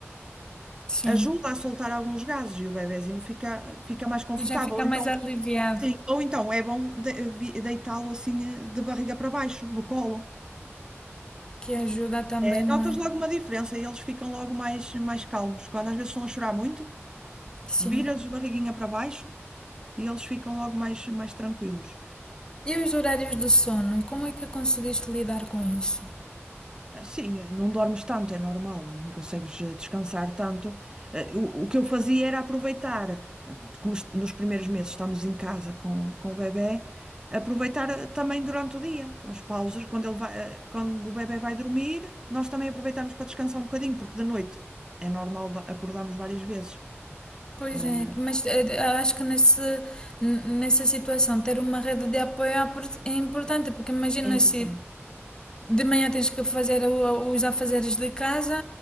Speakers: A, on the left; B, on the right.
A: Sim.
B: ajuda a soltar alguns gases e o bebezinho fica, fica mais confortável.
A: E já fica
B: Ou Então,
A: mais aliviado,
B: sim, ou então é bom de- vi- deitá-lo assim eh, de barriga para baixo, no colo.
A: que ajuda também,
B: Eh,
A: não
B: Notas
A: é?
B: logo uma diferença e eles ficam logo mais, mais calmos. Quando às vezes estão a chorar muito,
A: Sim.
B: viras de barriguinha para baixo e eles ficam logo mais, mais tranquilos.
A: E os horários de sono, como é que conseguiste lidar com isso?
B: Sim, eh, não dormes tanto, é normal, não consegues eh, descansar tanto. Eh, O, o que eu fazia era aproveitar, eh, como est- nos primeiros meses estamos em casa com, com o bebé, aproveitar eh, também durante o dia, as pausas, quando ele vai, eh, quando o bebé vai dormir, nós também aproveitamos para descansar um bocadinho, porque de noite é normal va- acordarmos várias vezes.
A: Pois
B: Eh,
A: é, mas eh, acho que nesse, n- nessa situação ter uma rede de apoio é apor- é importante, porque imagina
B: É importante.
A: se de manhã tens que fazer o- os afazeres de casa,